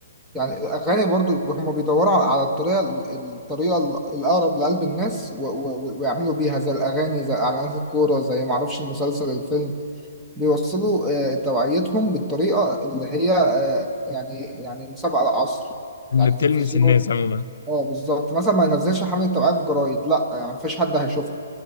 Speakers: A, in the centre; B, on the left.
A: يعني الاغاني برضو هم بيدوروا على الطريقة الطريقة الاقرب لقلب الناس و- و- ويعملوا بيها زي الاغاني زي اعلانات الكورة زي معرفش المسلسل الفيلم بيوصلوا آه، توعيتهم بالطريقة اللي هي آه، يعني يعني مسابقة العصر
B: اللي
A: يعني
B: بتلمس
A: تلفزيون
B: الناس عموما
A: اه بالظبط مثلا ما ينزلش حملة توعية في جرايد لا يعني مفيش حد هيشوفها